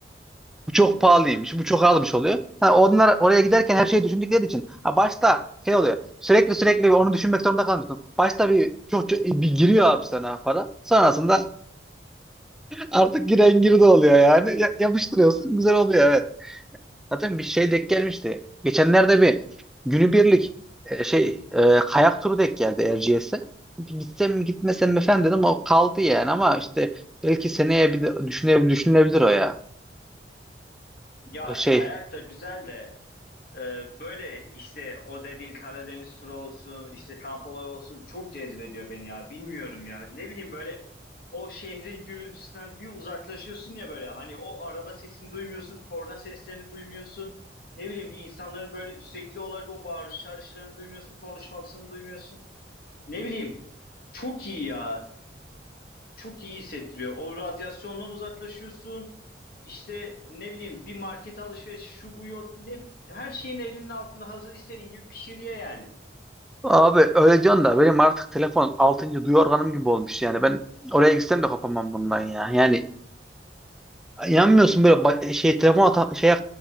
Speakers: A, in the centre; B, on the left.
A: bu çok pahalıymış, bu çok almış oluyor. Ha, onlar oraya giderken her şeyi düşündükleri için. Ha, başta şey oluyor. Sürekli sürekli onu düşünmek zorunda kalmıyorsun. Başta bir çok, çok bir giriyor abi sana para. Sonrasında artık giren girdi oluyor yani. Ya- yapıştırıyorsun, güzel oluyor evet. Zaten bir şey denk gelmişti. Geçenlerde bir günübirlik e, şey e, kayak turu denk geldi Erciyes'e. Gitsem mi gitmesem mi falan dedim. O kaldı yani ama işte belki seneye bir de düşüne- düşünülebilir o ya.
B: Ya
A: O Şey
B: kayak da güzel de Ee, böyle işte o dediğin Karadeniz turu olsun, işte kamp olayı olsun çok cezbediyor beni ya. Bilmiyorum ya. Ne bileyim böyle o şehrin gürültüsünden bir uzaklaşıyorsun ya böyle. Hani o araba sesini duymuyorsun, korna seslerini duymuyorsun. Ne bileyim bir insanların böyle sürekli olarak o bağırış çağrışlarını duymuyorsun, konuşmasını duymuyorsun. Ne bileyim çok iyi ya. Çok iyi hissettiriyor. O radyasyondan uzaklaşıyorsun. İşte ne bileyim bir market alışveriş şu bu yok ne bi- her şeyin elinin altında hazır istediğin gibi pişir ye yani.
A: Abi öyle diyorsun da benim artık telefon 6. duyu organım gibi olmuş yani ben oraya gitsem de kopamam bundan ya. Yani yanmıyorsun böyle ba- şey telefon ata- şey